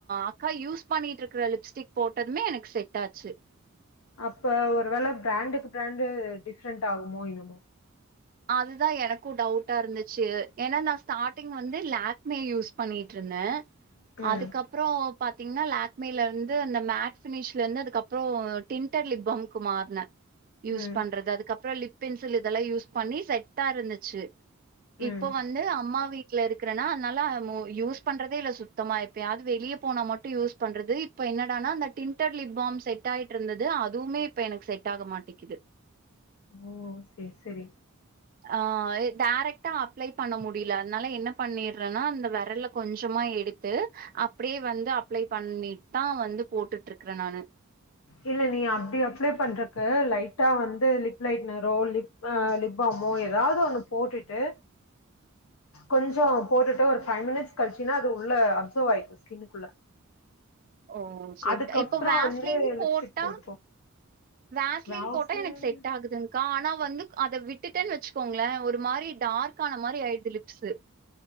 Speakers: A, on the right; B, on the left.
A: அக்கா யூஸ் பண்ணிட்டு இருக்கற லிப்ஸ்டிக் போட்டதுமே எனக்கு செட் ஆச்சு
B: அப்ப ஒரு வேள பிராண்டுக்கு பிராண்டு டிஃப்ரெண்ட் ஆகுமோ என்னமோ
A: அதுதா எனக்கு டவுட்டா இருந்துச்சு ஏன்னா நா ஸ்டார்டிங் வந்து லாக் மே யூஸ் பண்ணிட்ருந்த
B: ம்
A: அதுக்கப்றோ பாத்திங்னா லாக்மேல இருந்து அந்த மேட் ஃபினிஷ்ல இருந்து அதுக்கப்போ டின்ட்டர் லிப்பாம்க்கு மாறுன யூஸ்
B: ம்
A: பண்றது அதுக்கப்ற லிப் பென்சில் இதல்லா யூஸ் பண்ணி செட்டா இருந்துச்சு
B: ம்
A: இப்ப வந்து அம்மா வீட் ல இருக்கறனா அதனால மோ யூஸ் பண்றதே இல்ல சுத்தமா எப்பயாது வெளிய போனா மட்டு யூஸ் பண்றது இப்ப என்னடானா அந்த டிண்ட்டர் லிப் பாம் செட் ஆயிட்ருந்துது அதுவுமே இப்ப எனக்கு செட் ஆக மாட்டேக்குது
B: ஓ செரி செரி
A: ஆ டாரக்ட்டா அப்ளை பண்ண முடில அதனால என்ன பண்ணிடறனா அந்த வெரல்ல கொஞ்சமா எடுத்து அப்பிடியே வந்து அப்ளை பண்ணிட்தா வந்து போட்டுட்ருக்ற நானு
B: இல்ல நீ அப்பிடி அப்ளை பண்றக்கு லைட்டா வந்து லிப் லைட்னரோ லிப் அ லிப் பாமோ எதாவுது ஒண்ணு போட்டுட்டு கொஞ்ச போட்டுட்டு ஒரு ஃபைவ் மினிட்ஸ் கழிச்சினா அது உள்ள அப்சர்வ் ஆயிக்கு ஸ்கின்னுக்குள்ள
A: ஓ செரிக்கா
B: அதுக்கப்றோ
A: இப்போ வாஸ்லின்
B: வந்து
A: போட்டா
B: லிப்ஸ்டிக் போட்டுக்கோ
A: வாஸ்லின்
B: வேஸ்லின்
A: போட்டா எனக்கு செட் ஆகுதுங்க்கா ஆனா வந்து அத விட்டுட்டன் வெச்சுக்கோங்ளே ஒரு மாரி டார்க் ஆன மாரி ஆயிடுது லிப்ஸு